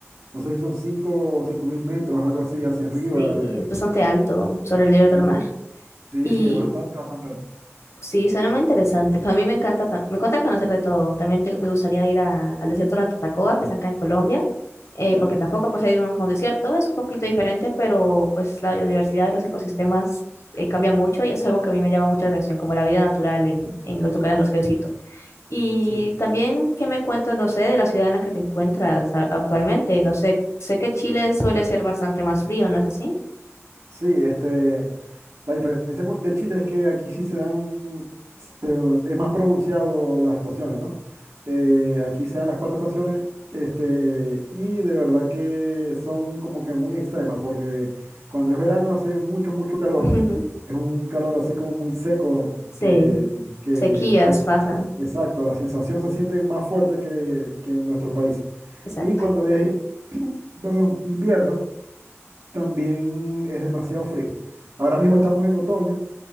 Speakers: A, on the right; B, on the left.
A: no sé si son 5 o cinco mil metros, algo así, hacia arriba.
B: Sí,
A: eh.
B: es bastante alto sobre el nivel del
A: Sí,
B: mar.
A: sí,
B: Y
A: sí, es bastante, bastante alto.
B: sí, suena muy interesante. Pues a mí me encanta, tam- me encanta conocer de todo. También te- me gustaría ir a- al desierto de la Tatacoa, que está acá en Colombia, eh,
A: ¿Ya?
B: porque tampoco pues, he ido nunca a un desierto. Es un poquito diferente, pero pues la biodiversidad y los ecosistemas eh, cambia mucho y es algo que a mí me llama mucha atención, como la vida natural en, en los lugares a los que visito. Y
A: sí.
B: también, ¿qué me cuentas, no sé, de la ciudad en la que te encuentras a- actualmente? No sé, sé que Chile suele ser bastante más frío, ¿no es así?
A: Sí, este, la diferencia con- de Chile es que aquí sí se dan, se- es más pronunciado las estaciones, ¿no? Eh, aquí se dan las cuatro estaciones, este, y de verdad que son como que muy extremas, porque cuando es verano hace mucho, mucho calor,
B: <laughs>
A: es un calor así como muy seco,
B: Sí,
A: que, que
B: sequías
A: es-
B: pasan.
A: exacto, la sensación se siente más fuerte que, que en nuestro país.
B: Exacto.
A: Y cuando es, <clears throat> perdón, invierno también es demasiado frío. Ahora mismo estamos en otoño